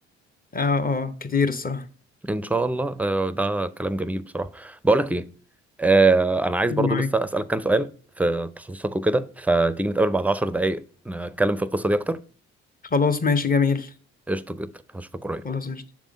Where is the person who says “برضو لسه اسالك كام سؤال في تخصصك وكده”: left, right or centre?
Centre